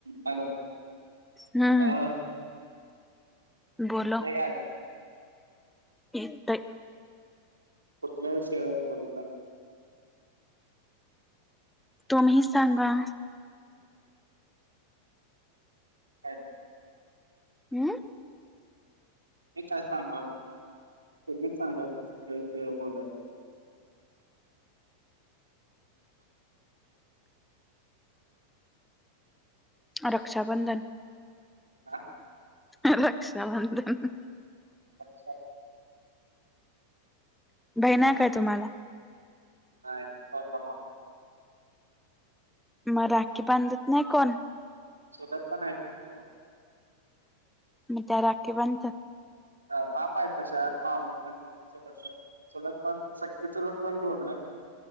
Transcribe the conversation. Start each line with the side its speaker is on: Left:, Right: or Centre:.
Right: Hello,
Centre: हम्म
Right: आ.
Centre: बोलो.
Right: काय
Centre: येतंय.
Right: कुठल्या विषयावर बोलणार आहे?
Centre: तुम्ही सांगा?
Right: काय?
Centre: हम्म?
Right: मी काय सांगणार? तुम्हीच सांगायचं, कुठल्या विषयावर बोलायचं?
Centre: रक्षा बंधन,
Right: हा
Centre: रक्षा बंधन.
Right: अच्छा
Centre: बहीण आहे काय तुम्हाला?
Right: नाही. छोटा भाऊ आहे.
Centre: मग राखी बांधत नाही कोण?
Right: शेतात पण आहेत. की दोन
Centre: मग त्या राखी बांधतात?
Right: आ माप आहेत तश्या, मावस बहीणी, चुलत बहीणी. चुलतपण, सख्खी चुलतपण दोन आहे.